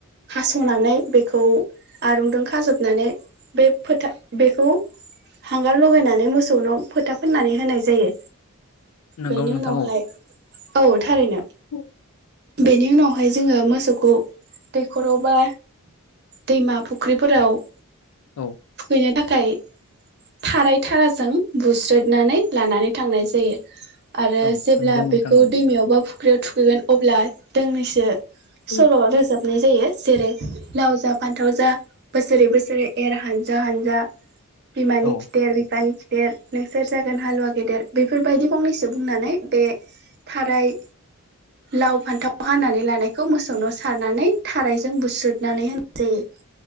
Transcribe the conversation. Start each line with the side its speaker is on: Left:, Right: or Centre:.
Right: हासनानै बेखौ आरुंजों खाजोबनानै बे फोथा बेखौ हांगार लगायनानै मोसौनो फोथा फोननानै होनाय जायो
Left: नंगौ
Right: बेनि
Left: नोंथां
Right: उनावहाय औ थारैनो
Left: औ
Right: बेनि उनावहाय जोङो मोसौखौ दैखराव बा दैमा फुख्रिफोराव
Left: औ
Right: बिनि थाखाय थाराय थाराजों बुस्रोदनानै लानानै थांनाय जायो आरो
Left: औ
Right: जेब्ला
Left: नंगौ नोंथां
Right: बेखौ
Left: औ
Right: दैमायावबा फुख्रियाव थुखैगोन अब्ला दोंनैसो
Left: औ
Right: सल रोजाब नाय जायो जेरै लावजा फान्थाव जा बोसोरै बोसोरै एर हानजा हानजा बिमानि
Left: औ
Right: खिटेर बिफानि खि थेर नोंसोर जागोन हालुवा गेदेर बेफोरबायदि फंनैसो बुंनानै बे थाराय लाव फान्थाव हानानै लानायखौ मोसौनाव सारनानै थारायजों बुस्रुदनानै होनाय जायो